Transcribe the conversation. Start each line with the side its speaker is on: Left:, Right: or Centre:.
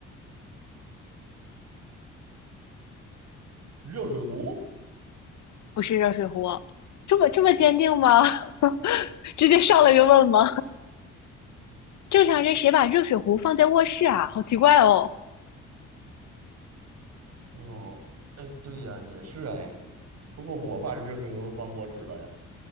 Right: 热水壶。
Left: 不是热水壶。这么这么坚定吗？<laughs> 直接上来就问吗？正常人谁把热水壶放在卧室啊？好奇怪哦！
Right: 哦，哎，对呀，也是哎，不过我把热水壶放卧室了呀。